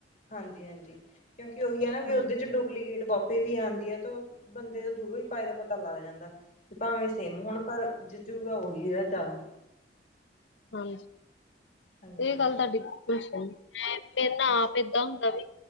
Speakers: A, on the left; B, on the left.
A: ਹਾਂਜੀ-ਹਾਂਜੀ। ਕਿਉਂਕਿ ਉਹੀ ਐ ਨਾ ਵੀ ਉਹਦੇ
B: ਹਮ
A: ਚ' ਡੁਪਲੀਕੇਟ ਕਾਪੀ ਵੀ ਆਦੀਂ ਐ ਤਾਂ ਬੰਦੇ ਦਾ ਦੂਰੋਂ ਈ ਪਾਏ ਦਾ ਪਤਾ ਲੱਗ ਜਾਂਦਾ। ਭਾਵੇਂ ਸੇਮ ਹੋਣ ਪਰ, ਜਚੂਗਾ ਉਹੀ ਜਿਹੜਾ ਜ਼ਿਆਦਾ
B: ਹਾਂਜੀ।
A: ਹਾਂਜੀ-ਹਾਂਜੀ
B: ਇਹ ਗੱਲ ਤੁਆਡੀ ਬਿਲਕੁਲ ਸਈ ਐ। ਮੈਂ, ਮੇਰੇ ਨਾਲ ਆਪ ਏਦਾਂ ਹੁੰਦਾ ਵੀ।